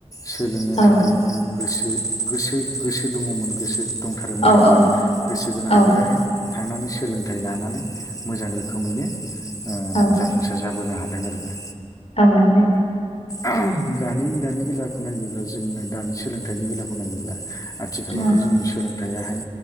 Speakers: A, on the left; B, on the left.
A: सोलोंनो
B: औ
A: थाखाय। गोसो-गोसो-गोसो दङमोन गोसो दंथारोमोन
B: औ
A: आरोना
B: औ
A: गोसो गोनांफोराहाय।
B: औ
A: थांनानै सोलोंथाइ लानानै मोजां रोखोमैनो
B: औ
A: जाफुंसार जाबोनो हा दों आरोना।
B: औ नंगौ।
A: <unintelligible> दानि-दानि बेलाखौ नायोब्ला जोंनो दानि सोलोंथाइनि बेलाखौ नायोब्ला आथिखालावथ
B: औ
A: जोंनि सोलोंथायाहाय